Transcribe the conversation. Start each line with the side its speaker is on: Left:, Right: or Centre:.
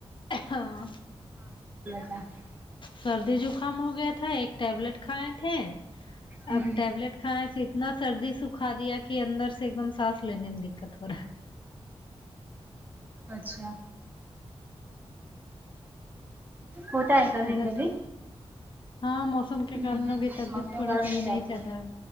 Left: ہاں
Right: جائے
Left: سردی زکام ہو گیا تھا ایک ٹیبلٹ کھائے تھے
Right: ہوں
Left: اب ٹیبلٹ کھا نسی اتنا سردی سکھا دیا کہ اندر سے ایک دم سانس لینے میں دقت ہو رہا ہے
Right: اچھا ہوتا ہے کبھی
Left: طبیعت
Right: کبھی
Left: ہاں موسم کے
Right: ہ ہ
Left: کارن
Right: ہ
Left: ابھی
Right: موسم
Left: طبیعت تھوڑا
Right: گرم
Left: صحیح
Right: ہو
Left: نہیں
Right: جاتی
Left: چل رہا ہے